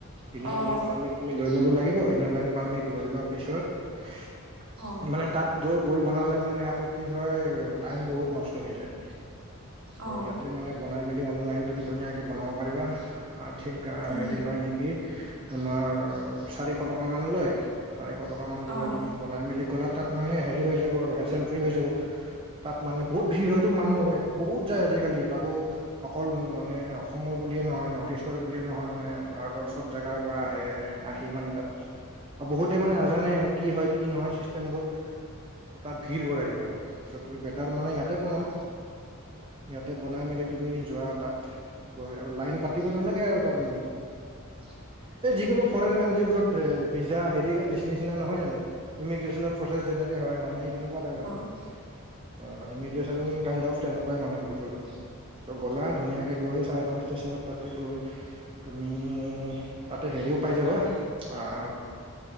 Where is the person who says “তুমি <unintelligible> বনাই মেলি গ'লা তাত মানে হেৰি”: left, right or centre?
Right